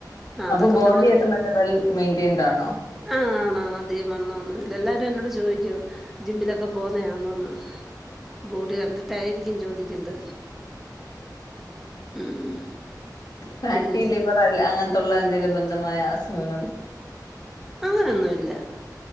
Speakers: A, in the centre; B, on the left (about 75°).
A: ആഹ്
B: അപ്പൊ
A: അതൊക്കെ
B: ബോഡിയൊക്കെ
A: തന്നെ
B: നല്ല വെൽ മെയ്ന്റെയ്ൻ ടാണോ
A: ആഹ് ആണാണ് അധികം വണ്ണംവൊന്നും ഇല്ല എല്ലാരും എന്നോട് ചോയിക്ക്യും ജിമ്മിലൊക്കെ പോക്ന്നെയാന്നോന്ന്. ബോഡി കണ്ടിട്ടായിരിക്കും ചോദിക്ക്ന്നത് ഉം.
B: ഫാറ്റി
A: പിന്നെ
B: ലിവറല്ലേ അങ്ങൻതൊള്ള എന്തേലും ബന്ധമായ അസുഖങ്ങള്
A: അങ്ങനൊന്നുല്ല.